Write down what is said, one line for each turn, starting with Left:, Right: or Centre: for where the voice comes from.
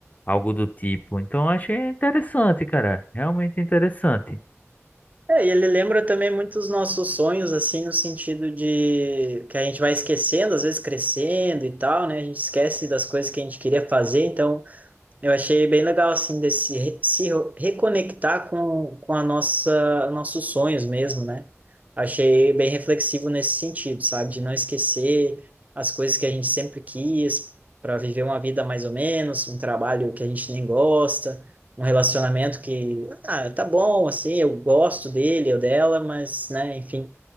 Left: algo do tipo. Então, eu achei interessante, cara, realmente interessante.
Right: É, e ele lembra também muitos nossos sonhos, assim, no sentido de que a gente vai esquecendo, às vezes crescendo e tal, né? A gente esquece das coisas que a gente queria fazer, então Eu achei bem legal, assim, de se, re- se reconectar com, com a nossa, nossos sonhos mesmo, né? Achei bem reflexivo nesse sentido, sabe? De não esquecer as coisas que a gente sempre quis para viver uma vida mais ou menos, um trabalho que a gente nem gosta, um relacionamento que, ah, tá bom, assim, eu gosto dele ou dela, mas, né, enfim